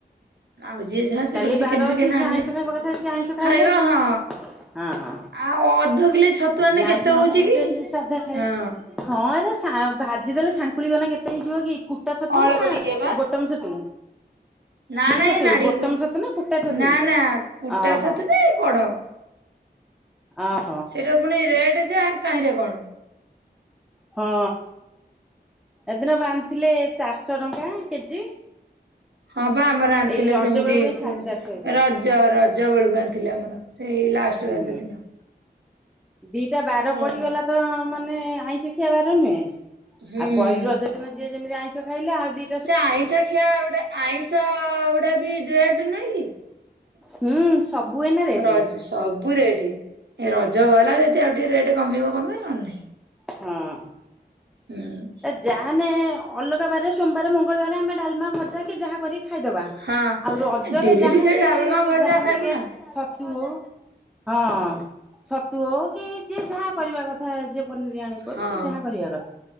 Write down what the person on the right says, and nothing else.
ଆଉ ଯିଏ ଯାହା ସେ
ଖାଲି ଚିକେନ
ଫିକେନ
ଆଣିଲେ
ଖାଇବା ହଁ
ଆଉ ଅଧ କିଲେ ଛତୁ ଆଣିଲେ
କେତେ
ହଉଛି
କି?
ହଁ
ଅଳପ
ଟିକେ ବା
ନା
ନାଇଁ
ନାଡି
ନା ନା କୁଟା
ଛତୁ ଯେ କଢ
ସେଇଟା ପୁଣି ରେଟ୍ ଜେ କାହିଁରେ କଣ?
ହଁ ବା ଆମର ଆଣିଥିଲେ
ସେମିତି
ଉଁ
ରଜ ର ଜ ବଳକୁ ଆଣିଥିଲେ ଆମର ସେଇ ଲାଷ୍ଟ
ରଜ ଦିନ।
ହଁ।
ହୁଁ
ସେ ଆଇଁଷ ଖିଆ ଗୋଟେ ଆଇଁଷ ଗୁଢା ବି <unintelligible> ନୁହେଁ କି।
ହ ରଜ ସବୁ ରେଟ ଏ ରଜ ଗଲା ଯଦି ଆଉ ଟିକେ ରେଟ୍ କମିବ କମିବ ନହେଲେ ନାହିଁ।
ହୁଁ।
ହଁ
ଡେଲି
ସେଇ ଡାଲମା
ଭଜା
ଖାଇବୁ
ନା
ହଁ।